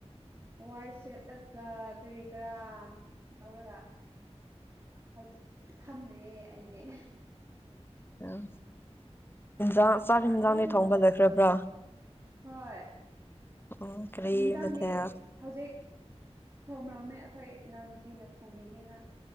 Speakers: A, on the right; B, on the left.
A: ꯋꯥꯏ ꯁꯦꯠꯂꯒ ꯀꯔꯤ ꯀꯔꯥ ꯇꯧꯔꯒ ꯍꯧꯖꯤꯛ ꯐꯝꯔꯦ ꯑꯩꯗꯤ
B: ꯎꯝ ꯌꯦꯟꯁꯥꯡ ꯆꯥꯛꯟꯁꯥꯡꯅꯤ
A: ꯊꯕꯥꯛ ꯂꯣꯏ ꯇꯧꯔꯒ
B: ꯊꯣꯡꯕ ꯂꯩꯈ꯭ꯔꯕ꯭ꯔꯥ
A: ꯍꯣꯏ
B: ꯎꯝ ꯀꯔꯤ
A: ꯍꯤꯟꯖꯥꯡꯗꯤ
B: ꯃꯊꯦꯜ
A: ꯍꯧꯖꯤꯛ ꯊꯣꯡꯔꯝꯃꯦ ꯑꯩꯈꯣꯏ ꯏꯅꯥꯎꯅꯨꯄꯤꯅ ꯊꯣꯡꯕꯤꯒꯦꯅ